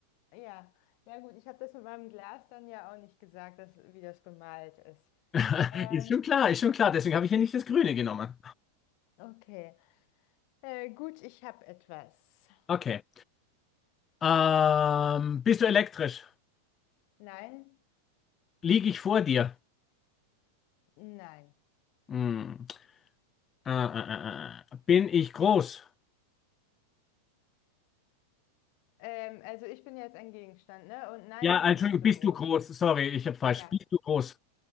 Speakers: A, on the left; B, on the left.
A: ja. Ja, gut, ich habe das mit meinem Glas dann ja auch nicht gesagt, dass, wie das bemalt ist.
B: <laughs>
A: Ähm,
B: Ist schon klar, ist schon klar. Deswegen habe ich ja nicht das Grüne genommen.
A: okay. Äh, gut, ich habe etwas.
B: Okay. Ähm, bist du elektrisch?
A: Nein,
B: Liege ich vor dir?
A: nein.
B: Hm. Äh, äh, äh. Bin ich groß?
A: Ähm, also ich bin jetzt ein Gegenstand, ne? Und nein,
B: Ja,
A: ich bin
B: Entschuldigung,
A: nicht so
B: bist
A: groß.
B: du groß? Sorry, ich habe falsch.
A: Ja,
B: Bist du groß?